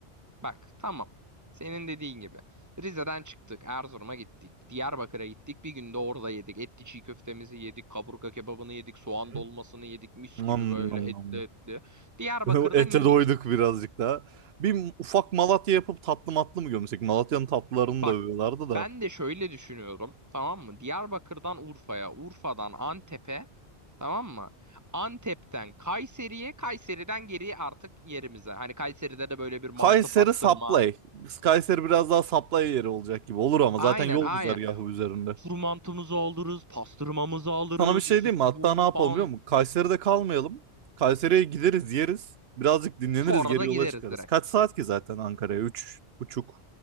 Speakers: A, on the right; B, on the right.
A: Bak tamam. Senin dediğin gibi. Rize'den çıktık, Erzurum'a gittik. Diyarbakır'a gittik. Bir günde orada yedik. Etli çiğ köftemizi yedik, kaburga kebabını yedik, soğan
B: Hı.
A: dolmasını yedik. Mis
B: Nam
A: gibi böyle
B: nam
A: etli
B: nam.
A: etli. Diyarbakır'dan
B: <laughs> Ete
A: indik.
B: doyduk birazcık daha. Bir ufak Malatya yapıp tatlı matlı mı gömsek? Malatya'nın tatlılarını
A: Bak
B: da övüyorlardı da.
A: ben de şöyle düşünüyorum tamam mı? Diyarbakır'dan Urfa'ya, Urfa'dan Antep'e tamam mı? Antep'ten Kayseri'ye, Kayseri'den geriye artık yerimize. Hani Kayseri'de de böyle bir mantı
B: Kayseri
A: pastırma.
B: Saplay. Kayseri biraz daha Saplay yeri olacak gibi olur ama
A: Aynen
B: zaten yol
A: aynen.
B: güzergahı üzerinde.
A: Kuru mantımızı alırız, pastırmamızı alırız,
B: Sana bir şey
A: işte
B: diyeyim
A: sucuğu
B: mi? Hatta ne yapalım
A: falan.
B: biliyor musun? Kayseri'de kalmayalım. Kayseri'ye gideriz, yeriz. Birazcık dinleniriz,
A: Sonra
B: geri
A: da
B: yola
A: gideriz
B: çıkarız.
A: direkt.
B: Kaç saat ki zaten Ankara'ya? Üç buçuk.